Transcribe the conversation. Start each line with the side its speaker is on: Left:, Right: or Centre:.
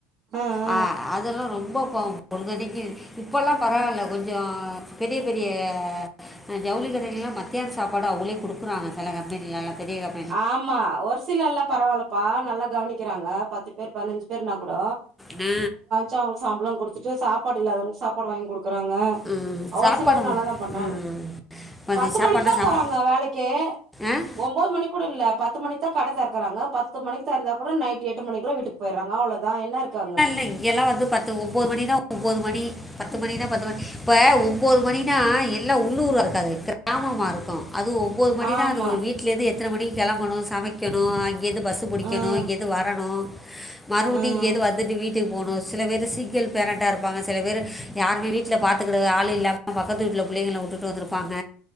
Right: ஆஅ
Centre: அ அதல்லா ரொம்ப பாவம் பொழ்தனிக்கி இப்பல்லா பரவால்ல கொஞ்சோ பெரிய பெரிய அ ஜவுளி கடையிலல்லா பாத் த்தியால் சாப்பாடு அவுளே குடுக்குறாங்க செல கம்பெனிலில்லலா பெரிய கப்
Right: ஆமா ஒரு சிலல்லா பரவால்லப்பா நல்லா கவனிக்கிறாங்க பத்து பேர் பனஞ்சி பேர்னா கூட
Centre: நா
Right: சவுங் சம்ப்ள குடுத்துட்டு சாப்பாட்டு இல்லாதவங் சாப்பாடு வாங்கி குடுக்குறாங்க
Centre: ம்,
Right: அவர்
Centre: சாப்பாடு
Right: சிலர் நல்லாதா பண்றாங்க
Centre: ம், கொஞ்சம்
Right: பத்து
Centre: சாப்பாடுலாம்
Right: மணிக் தா
Centre: சாப்
Right: போறாங்க வேலைக்கே
Centre: ஆ
Right: ஒம் ம்போத் மணி கூட இல்ல பத்து மணிக்தா கட தெரக்கறாங்க பத்து மணிக் தெர்ந்தா கூட நைட் எட்டு மணிக்குளா வீட்டுக் போய்ராங்க அவ்ளதா என்ன இர்க்காங்க
Centre: எ இங்கெலா வந்து பத்து ஒம்போது மணி தா ஒம்போது மணி பத்து மணினா பத்து வண் ப்ப ஒம்போது மணினா எல்லா உள்ளூரா இருக்காது கர் ஆமமா இருக்கு அது ஓம் ஒம்போது மணினா
Right: ஆமா
Centre: அதுவோ வீட்லேந்து எத்தன மணிக் கெளம்பணு சமைக்கணு அங்கேந்து பஸ்ஸு புடிக்கணு
Right: ம்
Centre: இங்கேத் து வரணு மறுவுடி
Right: ம்
Centre: இங்கேந்து வந்துட்டு வீட்டுக் போணு சிலபேரு சிங்கிள் பேரண்டா இருப்பாங்க சில பேரு யாருமே வீட்ல பாத்துக்குட ஆளே இல்லாம் அ பக்கத்து விட்ல புள்ளங்கள வுட்டுட்டு வந்துருப்பாங்க